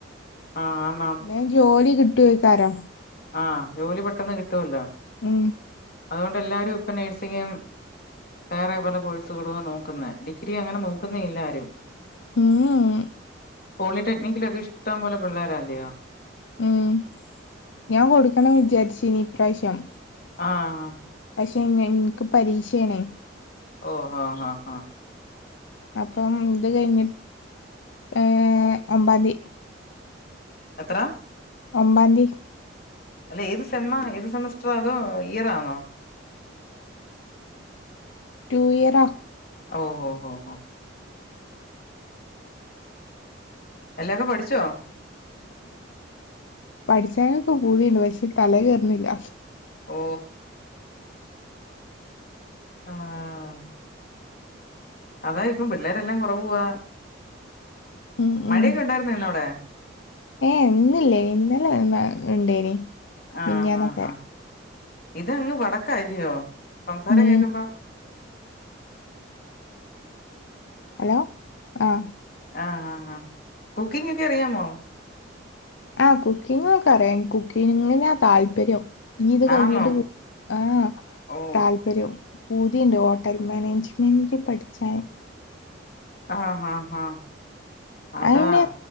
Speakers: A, on the left (about 50°); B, on the left (about 75°).
A: ആഹ് ആ.
B: വേം ജോലി കിട്ടൊയ്‌ക്കാരം.
A: ആഹ് ജോലി പെട്ടെന്ന് കിട്ടോല്ലോ?
B: മ്.
A: അതുകൊണ്ട് എല്ലാരും ഇപ്പ നഴ്സിങ്ങും വേറെ പല കോഴ്സുകളൂ നോക്കുന്നെ. ഡിഗ്രി അങ്ങനെ നോക്കുന്നേ ഇല്ലാരും
B: മ് മ്.
A: പോളിടെക്നിക്കിലൊക്കെ ഇഷ്ടം പോലെ പിള്ളാരല്ലയോ?
B: മം ഞാൻ കൊടുക്കണം വിചാരിചിനി ഇപ്രാവശ്യം
A: ആഹ്.
B: പക്ഷെ ഞ്ഞ ഇൻക്ക് പരീക്ഷേണേ.
A: ഓഹോ ആഹ് ആ.
B: അപ്പം ഇത് കയ്ഞ്ഞു ഏ ഒമ്പാതി.
A: എത്ര?
B: ഒമ്പാതി.
A: അല്ല ഏത് സെമ്മ ഏത് സെമസ്റ്ററ ആതോ ഇയർ ആണോ?
B: ടു ഇയർ റാ.
A: ഓഹോ ഓഹോ. എല്ലാംക്കെ പഠിച്ചോ?
B: പഠിച്ചാനൊക്കെ ബൂതിണ്ട് പക്ഷെ തലെ ക്കേറ്ണ്ല്ല.
A: ഓ. ആഹ്. അതാ ഇപ്പം പിള്ളേരെല്ലാം കുറവുവാ
B: ഉം
A: മഴയൊക്കെ
B: ഉം
A: ഇണ്ടായിരു ന്നോ ഇന്നവിടെ?
B: ഏ ഇന്നല്ലേനി ഇന്നല്ല ഉണ്ടേനി
A: ആഹ
B: മിഞ്ഞാന്നൊക്കെ
A: ആഹ് ഹാ ഇത്ങ്ങ് വടക്കല്ലയോ സംസാരം
B: ഉം
A: കേക്കുമ്പോ
B: ഹലോ ആഹ്
A: ആ ആ ഹാ കുക്കിംഗ് ഒക്കെ അറിയാമോ?
B: ആ കുക്കിംഗൊക്കെ അറിയ കുക്കിങ്ങിനാ താല്പര്യം നീ ഇത് കഴിഞ്ഞിട്ട്
A: ആന്നോ
B: പോ ആഹ്
A: ഓ
B: താ ഇ ഒരു പൂതിയുണ്ട് ഹോട്ടൽ മാനേജ്മെൻറ് പഠിച്ചാ
A: ആഹ ആഹ് ആഹ് അതാ
B: അയിന്